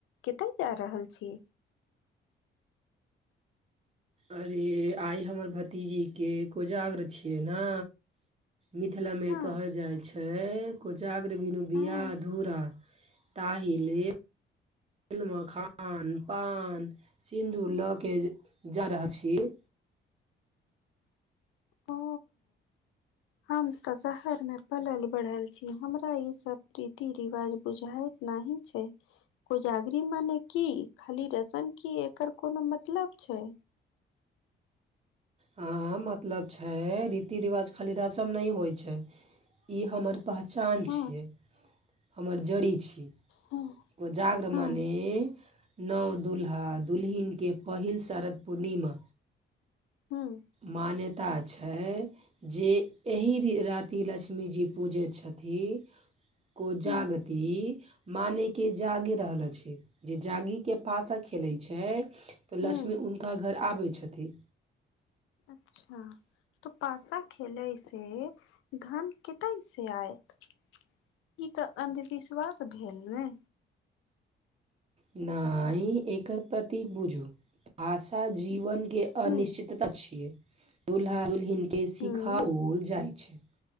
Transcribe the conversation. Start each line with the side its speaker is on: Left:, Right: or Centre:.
Left: कतय जा रहल छी
Right: अरे आइ हमर भतीजी के कोजागर छियै ने मिथिलामे
Left: हँ
Right: कहल जाइ छै कोजाग्र बिनु बियाह
Left: हँ
Right: अधूरा ताहिले मखान पान सिन्दूर लऽ के जा रहल छिए
Left: ओ हम तऽ शहरमे पलल बढ़ल छी हमरा ई सभ रीति रिवाज बुझइत नाही छै कोजागरी मान की खाली रसम की एकर कोनो मतलब छै
Right: हं मतलब छै रीति रिवाज खाली रसम नहि होइ छै ई हमर पहचान
Left: हँ
Right: छियै हमर जड़ी छि
Left: हँ
Right: कोजागर
Left: हँ
Right: मने नव दुल्हा दुलहिन के पहिल शरद पूर्णिमा
Left: हँ
Right: माने मान्यता छै जे एहि राति लक्ष्मी जी पूजै छथि कोजागति
Left: हँ
Right: माने के जागि रहलो अछि जे जागि के पासा खेलै छै तऽ
Left: हँ
Right: लक्ष्मी हुनका घर आबै छथिन
Left: अच्छा तऽ पासा खेलय से धन कतऽ से आयत ई तऽ अन्ध विश्वास भेल ने
Right: न ई एकर प्रतीक बुझू आशा जीवन के अनिश्चितता
Left: हूं
Right: छियै दुल्हा दुलहिन के सिखाओल
Left: हूं
Right: जाइ छै